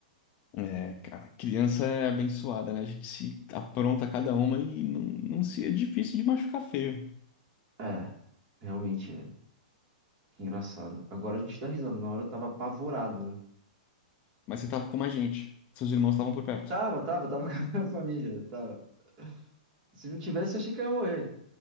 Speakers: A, on the left; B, on the right.
A: É, cara, criança é abençoada, né? A gente se apronta cada uma e não, não se é difícil de machucar feio.
B: É, realmente, né? Que engraçado. Agora a gente tá risada, na hora eu tava apavorado, né?
A: Mas você tava com mais gente. Seus irmãos estavam por perto.
B: Tava, tava, tava <laughs> com a minha família, tava. Se não tivesse, eu achei que eu ia morrer.